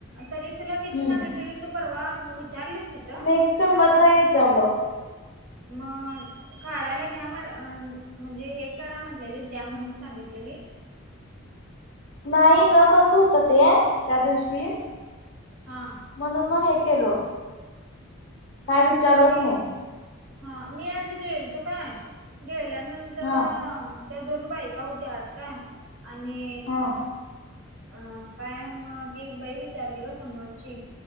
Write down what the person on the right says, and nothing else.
तरी तुला
किती सांगितलेलीत? तू परवा विचारलीस तिथं?
मग काढायला घ्या म्ह म्हणजे, हे करा म्हटलेलीत द्या म्हणून सांगितलेलीत.
हा
मी
हा मी आज गेल तो काय गेल्यानंतर
तर त्या दोन बायकाा होत्यात काय आणि
अ काय मग ती एक बाई विचारली ग समोरची